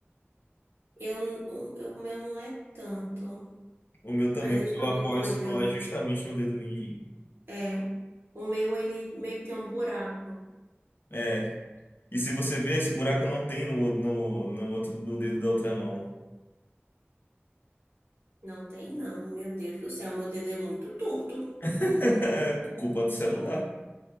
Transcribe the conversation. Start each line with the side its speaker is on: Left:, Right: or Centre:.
Right: Eu, o, o meu não é tanto.
Left: O meu também,
Right: Mas deixa
Left: porque
Right: eu ver
Left: eu apoio
Right: como
Left: o
Right: é
Left: celular
Right: que eu.
Left: justamente no dedo mindinho.
Right: É. O meu, ele meio que tem um buraco.
Left: É. E se você vê, esse buraco não tem no, no, no outro, no dedo da outra mão.
Right: Não tem, não. Meu Deus do céu, meu dedo é muito torto.
Left: <laughs> É culpa do celular.